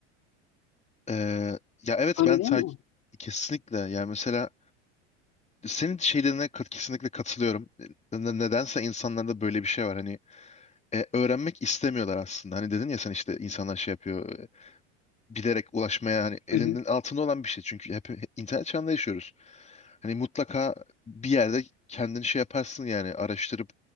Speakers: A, on the left; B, on the left.
A: Ee, ya evet
B: Öyle
A: ben
B: değil
A: ta-
B: mi?
A: kesinlikle yani mesela senin şeylerine kat- kesinlikle katılıyorum. E, Ne- Nedense insanlarda böyle bir şey var hani e, öğrenmek istemiyorlar aslında. Hani dedin ya sen işte insanlar şey yapıyor e, bilerek ulaşmaya hani elinin
B: Hı hı.
A: altında olan bir şey çünkü hep hep internet çağında yaşıyoruz. Hani mutlaka bir yerde kendini şey yaparsın yani araştırıp